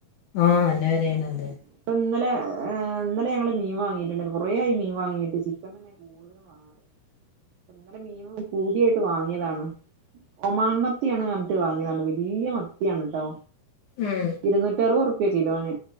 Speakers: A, on the left; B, on the right.
A: ആഹ് നല്ല വെലയാണ് അതെ
B: ഇപ്പ ഇന്നലെ ഇന്നല ഞങ്ങള് മീൻ വാങ്ങിട്ടുണ്ട കുറേ ആയി മീൻ വാങ്ങിട്ട് ചിക്കൻ തന്നെ കൂടുതലും വാങ്ങാറ് ഇന്നലെ മീൻ പൂത്യായിട്ട് വാങ്ങിയതാണ് ഒമാൻമത്തിയാണ് പർഞ്ഞിട്ട് വാങ്ങിയതണ് വല്ല്യ മത്തിയാണ് ട്ടോ
A: ഉം
B: ഇരുന്നൂറ്റി അറുപത് റുപ്യ കിലോന്